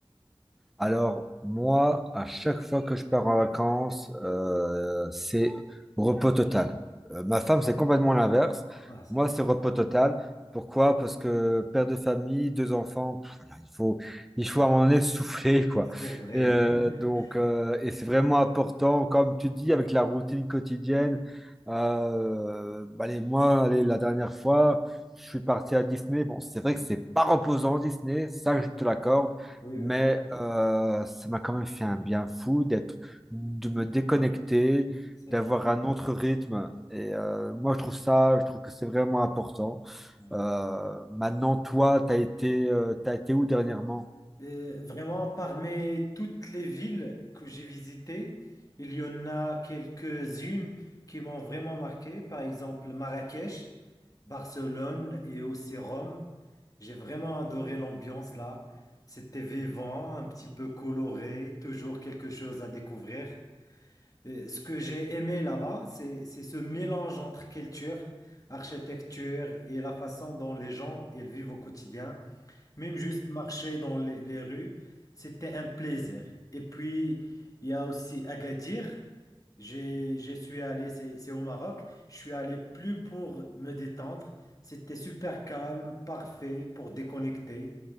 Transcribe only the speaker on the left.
Ah, c'est
c'est vrai.
<laughs>
Ah
ouais,
oui,
oui,
c'est
vrai.
Ah
oui.
Euh, vraiment, parmi toutes les villes que j'ai visitées, il y en a quelques-unes qui m'ont vraiment marqué. Par exemple, Marrakech, Barcelone et aussi Rome. J'ai vraiment adoré l'ambiance là. C'était vivant, un petit peu coloré, toujours quelque chose à découvrir. Euh, ce que j'ai aimé là-bas, c'est, c'est ce mélange entre culture, architecture et la façon dont les gens ils vivent au quotidien. Même juste marcher dans les, les rues, c'était un plaisir. Et puis, il y a aussi Agadir. J'ai, je suis allé, c'est c'est au Maroc, je suis allé plus pour me détendre. C'était super calme, parfait pour déconnecter.